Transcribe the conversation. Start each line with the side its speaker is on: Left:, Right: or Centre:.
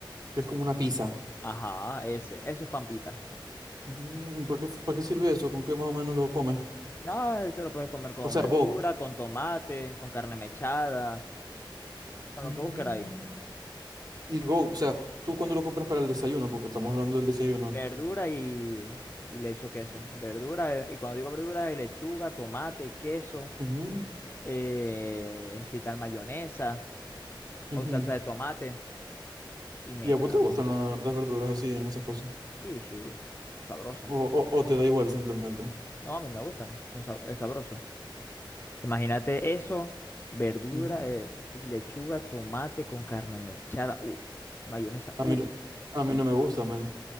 Right: que es como una pizza.
Left: Ajá, ese. Eso es pampita.
Right: Mm, ¿Para qué, para qué sirve eso? ¿Con qué más o menos lo comes?
Left: No, esto lo puedes comer con
Right: O sea,
Left: verdura,
Right: Vogue.
Left: con tomate, con carne mechada, con
Right: Mm,
Left: lo que vos queráis.
Right: y Vogue, o sea, tú cuando lo compras para el desayuno, porque estamos hablando del desayuno.
Left: Verdura y, y le echo queso. Verdura, eh, y cuando digo verdura, es lechuga, tomate, queso,
Right: Ujú,
Left: eh, si tal mayonesa
Right: ujú.
Left: o salsa de tomate. Y me
Right: ¿Y a
Left: trago.
Right: vos te gustan
Left: y-
Right: la- las verduras así en esas cosas?
Left: sí, sí, sabroso.
Right: ¿O, o, o te da igual simplemente?
Left: No, a mí me gustan, son sab- es sabroso. Imagínate eso, verdura,
Right: Ujú.
Left: eh, lechuga, tomate con carne mechada, uff, mayonesa,
Right: A mí, no- a mí no me gusta, man.